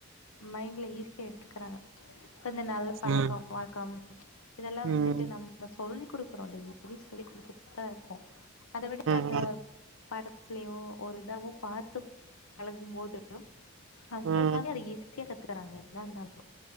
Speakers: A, on the left; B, on the right.
A: மைண்ட்ல ஈஸி கே எடுத்துக்கறாங்க இப்ப இந்த நல்ல பழக்கம்
B: ம்.
A: வழக்கம் இதெல்லா வந்துட்டு
B: ம். ம்.
A: நம்ம சொல்லி குடுக்கறோ டெய்லி சொல்லி கொடுத்து ட்டா இருக்கு அதவிட அந்த
B: ம்.
A: படத்துலயோ ஒரு அத அவ பாத்து பழகும்போது ஹலோ அவங்களாலே
B: ம்
A: அத ஈஸி ஸியா கத்துக்கறாங்க எதா இருந்தாலு